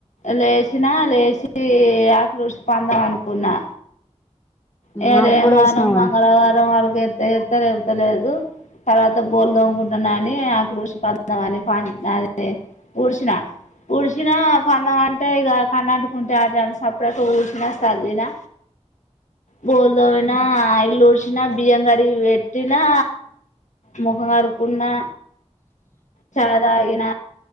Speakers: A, on the left; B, on the left.
A: లేచినా లేచి, ఆకీలుడ్చి పందాం అనుకున్నా. ఇయ్యాల
B: వాళ్ళకి
A: ఏ
B: కూడా
A: వారం
B: వేసినావుగా
A: మంగళవారం వ లేస్త లేస్త లేకపోతే లేదు తర్వాత బోల్దమ్ముకుంటున్నాని, ఆకీలుడషి పందాం అని అ ఉడిచిన, ఉడిచిన పందవా అట్ట ఇ కన్నా అంటుకుంటే, ఆట సప్పుడ అయితే ఉడ్చిన్న సలినా బోలుదోమినా, ఇల్లు ఊడ్షినా, బియ్యం కడిగి పెట్టి. పెట్టినా, ముఖం ఆడుకున్నా. చాయ్ తాగిన,